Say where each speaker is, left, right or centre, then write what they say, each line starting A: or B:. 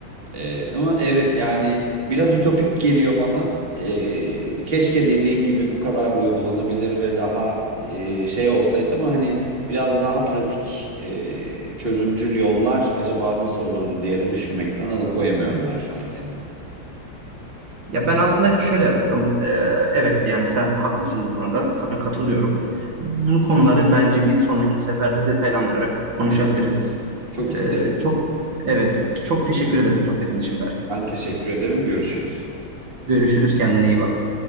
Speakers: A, on the right; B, on the right.
A: Ee, ama evet yani biraz ütopik geliyor bana. Ee, keşke dediğin gibi bu kadar uygulanabilir ve daha e, şey olsaydı ama hani biraz daha pratik e, çözümcül yollar acaba nasıl olurdu diye de düşünmekten alıkoyamıyorum ben şu an kendimi.
B: Ya ben aslında şöyle yapıyorum. Ee, evet yani sen haklısın bu konuda. Sana katılıyorum. Bu konuları bence bir sonraki seferde detaylandırarak konuşabiliriz.
A: Çok isterim.
B: Ee, çok evet çok teşekkür ederim sohbetin için Berk.
A: Ben teşekkür ederim. Görüşürüz.
B: Görüşürüz kendine iyi bak.